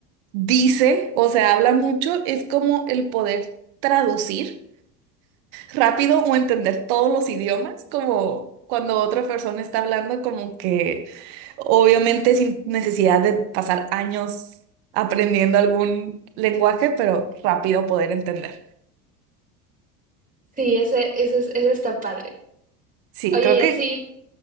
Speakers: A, on the right; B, on the right.
A: dice o se habla mucho es como el poder traducir. rápido o entender todos los idiomas, como cuando otra persona está hablando, como que obviamente sin necesidad de pasar años aprendiendo algún lenguaje, pero rápido poder entender.
B: Sí, ese, ese, es- ese está padre.
A: Sí,
B: Oye,
A: creo
B: y
A: que...
B: así